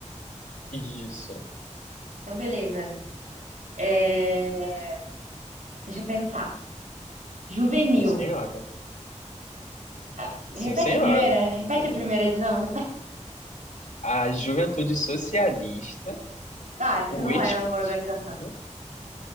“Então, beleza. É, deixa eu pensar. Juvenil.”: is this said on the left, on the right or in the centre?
Right